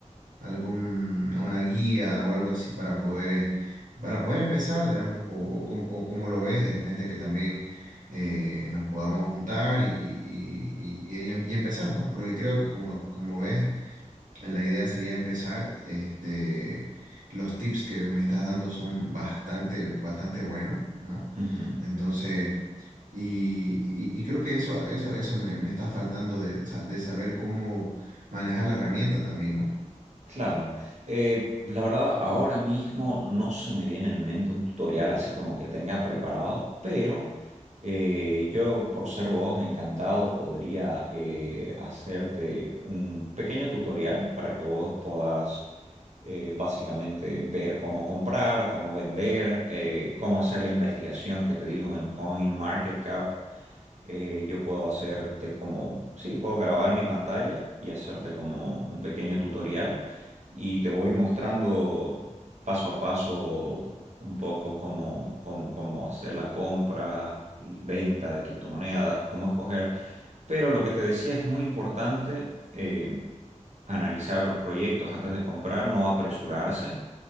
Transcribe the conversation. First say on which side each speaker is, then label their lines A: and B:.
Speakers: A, on the right (about 85°); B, on the right (about 60°).
A: algún, a una guía o algo así para poder, eh, para poder empezar, digamos, o, o, cómo, o cómo lo ves de repente que también eh, nos podamos juntar y, y, y, y- y- empezar, ¿no? Porque creo que como, como ves, la idea sería empezar, este, los tips que me estás dando son bastante, bastante buenos, ¿no?
B: ujú.
A: Entonces... Y, y- y creo que eso, eso, eso me, me está faltando de, sa- de saber cómo manejar la herramienta también, ¿no?
B: Claro, Eh, la verdad ahora mismo no se me viene en mente un tutorial así como que tenga preparado, pero eh, yo por ser vos encantado podría eh, hacerte un pequeño tutorial para que vos puedas eh, básicamente ver cómo comprar, cómo vender, eh, cómo hacer la investigación que te digo en CoinMarketCap eh, yo puedo hacerte como, sí, puedo grabar mi pantalla y hacerte como un pequeño tutorial y te voy mostrando paso a paso un poco cómo, cómo, cómo hacer la compra y venta de criptomonedas, cómo escoger. Pero lo que te decía es muy importante eh, analizar los proyectos antes de comprar, no apresurarse